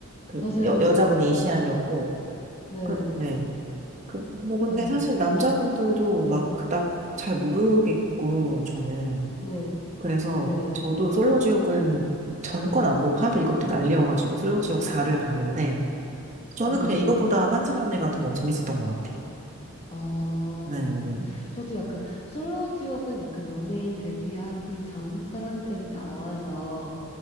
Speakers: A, on the right; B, on the left.
A: 그
B: 맞아요,
A: 여,
B: 맞아요,
A: 여자분이
B: 맞아요.
A: 이시안이었고,
B: 네,
A: 그, 네. 그, 뭐, 근데
B: 맞아요.
A: 사실 남자분들도
B: 네,
A: 막 그닥 잘
B: 네,
A: 모르겠고, 저는.
B: 네,
A: 그래서
B: 네.
A: 저도 솔로지옥은 전권 안 보고 하도
B: 음,
A: 이것도 날려가지고 솔로지옥 4를 봤는데 저는
B: 네.
A: 그냥 이거보다 환승연애가 더 재밌었던 것 같아요.
B: 아,
A: 네, 네.
B: 저도 약간 솔로 지옥은 약간 연예인 데뷔하기 전 사람들이 나와서